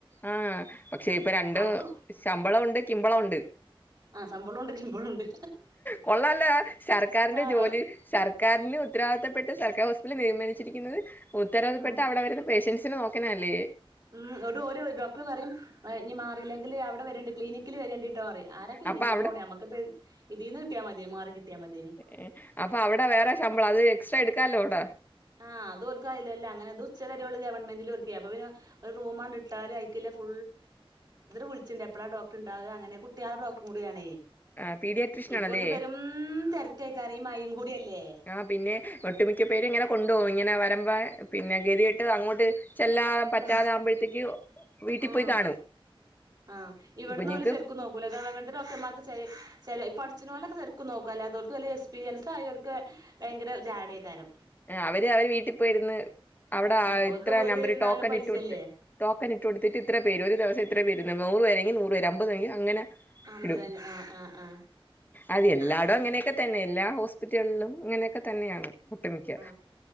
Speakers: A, on the left (about 20°); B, on the right (about 45°).
A: ആഹ പക്ഷെ ഇപ്പൊ രണ്ട്
B: അവ്ട്ക്ക്
A: ശമ്പള ഉണ്ട് കിമ്പളണ്ട്
B: ആഹ് ശമ്പളോണ്ട് ശമ്പളോണ്ട്
A: കൊള്ളല്ല സർക്കാരിന്റെ
B: ആഹ്
A: ജോലി സർക്കാരിന് ഉത്തരവാദിത്തപ്പെട്ട സർക്കാർ മാനിച്ചിരിക്കുന്നത് ഉത്തരവാദപ്പെട്ട്
B: ഉം
A: അവിടെ വരുന്ന പേഷ്യൻസിനെ നോക്കണ അല്ലേ
B: ഉം ഒരു ഡോക്ടർ പറയും ഇനി മാറിയില്ലെങ്കിൽ അവിടെ വരേണ്ടി ക്ലിനിക്കില് വരേണ്ടിട്ട് റി ആരാ ക്ലിനിക്ക
A: അപ്പൊ
B: ഒക്കെ
A: അവിടെ
B: പോണ നമുക്ക് ഇതിൽന്ന് കിട്ടിയാ മതി മാറി കിട്ടിയാ മതിയേനി
A: ഏ അപ്പൊ അവിടെ വേറെ ശമ്പളം അത് എക്സ്ട്രാ എടുക്കാാലോ അവിട
B: ആഹ് അത്ൽക്കായില്ലല്ലേ അങ്ങനെ അത് ഉച്ച ഗവൺമെന്റ ഒരു റൂമട്ടാലും ഫു വിളിച്ചുണ്ട് എാോ ഡോക്ർ ഉണ്ടാവുക അങ്ങനെട്ടളുടെ ഡോക്ർ കൂടിയണേ
A: ആഹ് പീഡിയാട്രീഷ്യൻ
B: ഇപ്പോർക്ക്
A: ആണല്ലേ
B: വെരും തിരക്കെക്കാരും മഴയും കൂടിയല്ലേ
A: ആഹ പിന്നെ ഒട്ടുമിക്ക പേര് ഇങ്ങനെ കൊണ്ടപോും ഇങ്ങനെ വരമ്പ പിന്നെ ഗതിയിട്ട് അങ്ങോട്ട് ചെല്ലാൻ പറ്റാതൊകുമ്പോഴത്തേക്ക്
B: ഉം
A: വീട്ടിൽ
B: ആഹ്
A: പോയി കാണും
B: ആഹ് ഇവിടന്ന്
A: കുഞ്ഞുങ്ങൾക്ക്
B: പോലെ ചെറുക്ക് നോക്കൂല ഗവൺമെന്റ് ഡോക്ടർമാർക്ക് ച ചപ്പ അച്നോലൊക്കെർക്കും നോക്ക അല്ലാത്തർക്ക് വലിയ എക്സ്പീരിയസ് അ അവർക്ക് ഭയങ്കര ജാഡയേക്കാരം
A: അവര് അവര് വീട്ടിൽ പോയി ഇരുന്ന് അവിടെ
B: ആഹ് ഓൽക്ക്
A: ഇത്ര
B: വീട്ടിലിരുന്നാലും
A: നമ്പര് ടോക്കൻ
B: പൈസയല്ലേ
A: ഇട്ട കൊടുത്ത് കന്നിട്ട കൊടുത്തിട്ട് ഇത്ര പേ ഒരു ദിവം ഇത്ര പ വര നൂറ് വരരെങ്ക നൂറ്ര അമ്പത്തണെങ്ക അനെ
B: അമ്പതഞ്ഞ
A: ഇടും
B: ആഹ് ആഹ് ആഹ്
A: അത് എല്ലാടും
B: അങ്ങനെ
A: അങ്ങനെയൊക്കെ തന്നെല്ല ഹോസ്പിറ്റലിലും ഇങ്ങനെയൊക്കെ തന്നെയാണ് ഒട്ടുമിക്ക
B: ആ